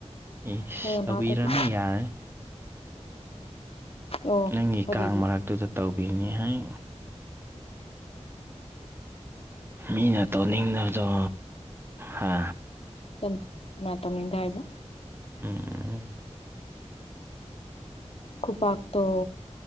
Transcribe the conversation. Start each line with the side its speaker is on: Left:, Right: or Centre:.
Right: ꯏꯁ
Left: ꯍꯌꯦꯡ
Right: ꯇꯧꯕꯤꯔꯅꯨ
Left: ꯂꯥꯛꯑꯣ ꯇꯧꯕꯤꯒꯦ
Right: ꯌꯥꯔꯅꯤ
Left: ꯑꯣ
Right: ꯅꯪꯒꯤ
Left: ꯑꯗꯨꯒꯤ
Right: ꯀꯥꯡ ꯃꯔꯛꯇꯨꯗ ꯇꯧꯕꯤꯅꯤ ꯍꯥꯏ ꯃꯤꯅ ꯇꯧꯅꯤꯡꯗꯕꯗꯣ ꯍꯥ
Left: ꯃ ꯀꯅ ꯇꯧꯅꯤꯡꯇꯦ ꯍꯥꯏꯕ
Right: ꯎꯝ
Left: ꯈꯨꯐꯥꯛꯇꯣ